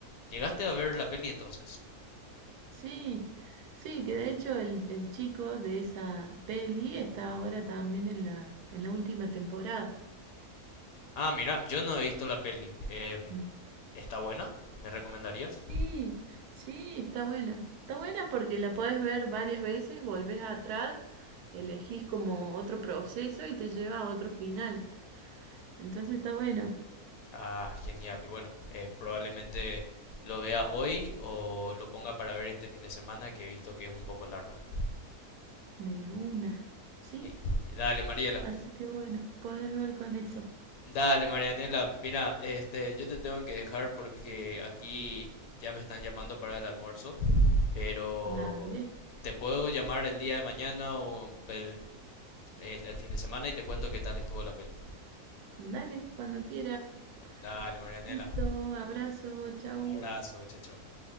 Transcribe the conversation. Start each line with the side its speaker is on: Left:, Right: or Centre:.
Left: ¿Llegaste a ver la peli entonces?
Right: Sí, sí, que de hecho el, el chico de esa peli está ahora también en la, en la última temporada.
Left: Ah, mira, yo no he visto la peli. Em,
Right: Mm.
Left: ¿está buena? ¿Me recomendarías?
Right: Sí, sí, está buena. Está buena porque la podés ver varias veces, volvés atrás, elegís como otro proceso y te lleva a otro final. Entonces está bueno,
Left: Ah, genial. Y bueno, eh, probablemente lo vea hoy o lo ponga para ver este fin de semana que he visto que es un poco largo. <laughs>
Right: de una, ¿sí?
Left: Sí. Y dale, Mariela.
Right: Así que bueno, podés ver con eso.
Left: Dale, Marianela, mira, este, yo te tengo que dejar porque aquí ya me están llamando para el almuerzo, pero
Right: Dale,
Left: te puedo llamar el día de mañana o el, el el fin de semana y te cuento qué tal estuvo la peli.
Right: dale, cuando quieras.
Left: Dale, Marianela,
Right: Listo, abrazo, chau.
Left: un abrazo, chao, chao.